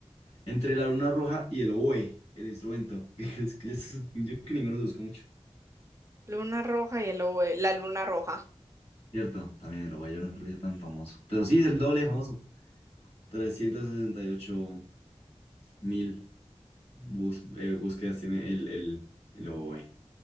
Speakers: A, on the left; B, on the right.
A: Entre la luna roja y el oboe, el instrumento. <laughs> Es que
B: Mm.
A: es, yo creo que ninguno se busca mucho.
B: Luna roja y el lobo, de- la luna roja.
A: Cierto, también el oboe, yo no creo que sea tan famoso. Pero sí, es el doble de famoso. trescientos sesenta y ocho mil bus- eh, búsquedas tiene el, el, el oboe.